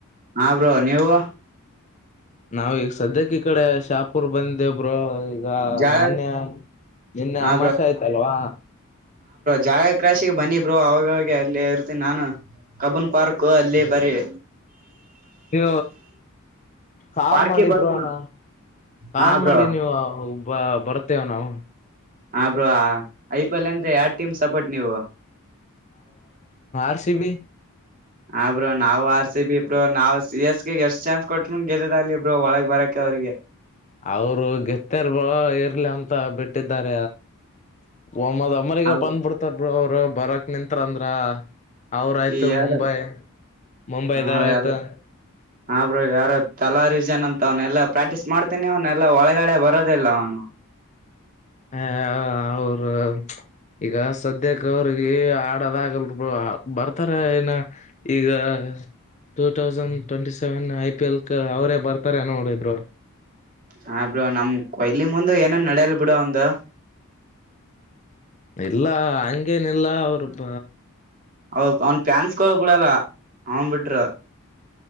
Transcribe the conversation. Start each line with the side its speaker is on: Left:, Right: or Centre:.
Right: ಹಾ ಬ್ರೋ ನೀವು
Left: ನಾವ ಈಗ ಸದ್ಯಕ್ಕೆ ಈ ಕಡೆ ಶಾಪುರ್ ಬಂದೆ ಒಬರು ಈಗ
Right: ಜಾಳ
Left: ಮೊನ್ನೆ ನಿನ್ನೆ
Right: ಹಾ
Left: ಅಮಾಷ ಆಯ್ತಲ್ವಾ
Right: ಜಾಗ ಕ್ರಾಶಿಗೆ ಬನ್ನಿಬರು ಅವಾಗವಾಗ ಅಲ್ಲಿ ಇರ್ತೀನಿ ನಾನು ಕಬೂನ್ ಪಾರ್ಕ್ ಅಲ್ಲಿ ಬರೀ
Left: ನೀ ಕಾಲ್
Right: ಪಾರ್ಕಿ
Left: ಮಾಡಿ
Right: ಬರ್ತ
Left: ಬ್ರೋಣ ಕಾಲ್
Right: ಹಾ ಬ್ರೋ
Left: ಮಾಡಿ ನೀವು ಬರುತ್ತೇವೆ ನಾವು
Right: ಹ ಬ್ರೋ ಐ ಪಿ ಎಲ್ ಅಂದ್ರೆ ಯಾರ್ ಟೀಮ್ ಸಪೋರ್ಟ್ ನೀವು
Left: ಕಸಿ ಬಿ
Right: ಹ ಬ್ರೋ ನಾವ್ ಆರ್ ಸಿ ಬಿ ಇಬ್ರರು ನಾವ್ ಸಿ ಎಸ್ ಗ್ ಎಷ್ಟ್ ಚಾನ್ಸ್ ಕೊಟ್ರರು ಗೆದದಲ್ಲಿ ಇ ಬ್ರೋ ಒಳಗ್ ಬರಕ ಅವ್ರಿಗೆ
Left: ಅವರು ಗೆತ್ತರ್ ಬ ಇರ್ಲಿ ಅಂತ ಬಿಟ್ಟಾರ ಒಮ್ಮದ ಅಮ್ಮನಿಗೆ
Right: ಅವರು
Left: ಬಂದ್ಬಿಡ್ತಾರೆ ಒ್ರ ಅವರು ಬರಕ್ ನಿತ್ರಂದ್ರ ಅವ್ರ ಆಯ್ತು
Right: ಈ ಯಾರ
Left: ಮುಂಬೈ ಮುಂಬೈದಾರ
Right: ಅವ್ರ
Left: ಆಯ್ತು
Right: ಯಾರು ಹಾ ಬ್ರರು ಯಾರು ತಲಾ ರೀಸನ್ ಅಂತ ಅವನೆ ಎಲ್ಲಾ ಪ್ರಾಕ್ಟೀಸ್ ಮಾಡ್ತೇಾನಿ ಅವನ್ ಎಲ್ಲಾ ಒಳಗಡೆ ಬರೋದಿಲ್ಲ ಅವನು
Left: ಹ ಅವರು ಈಗ ಸದ್ಯಕ್ಕೆ ಅವ್ರಿಗೆ ಆಡೋದ ಆಗಲ್ರು ಬರ್ತಾರ ಏನ ಈಗ two thousand twenty seven I P L ಅವರೇ ಬರ್ತಾರ ನೋಡಿದ್ರು
Right: ಹ ಬಿ್ರ ನಮ್ ಇಲ್ಲಿ ಮುಂದೆ ಏನನ್ ನಡಲ್ ಬಿಡ ಒಂದು
Left: ಇಲ್ಲ ಹಂಗೇನಿಲ್ಲ ಅವ್ರಬ
Right: ಹೌದದು ಅವ್ನ್ ಪ್ಯಾನ್ಸ್ಕ ಬಿಡಲ್ಲ ಅವನ್ ಬಿಟ್ರ